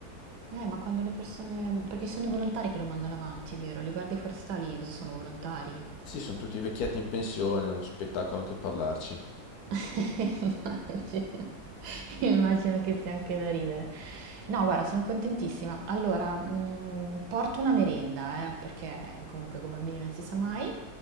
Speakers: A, on the right; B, on the left.
A: Eh, ma quando le persone... Perché sono i volontari che lo mandano avanti, vero? Le guardie forestali cosa sono volontari?
B: Sì, sono tutti vecchietti in pensione, è uno spettacolo anche parlarci.
A: <laughs> Immagino, immagino che sia anche da ridere. No, guarda, sono contentissima. Allora, mh, porto una merenda, eh, perché comunque con i bambini non si sa mai.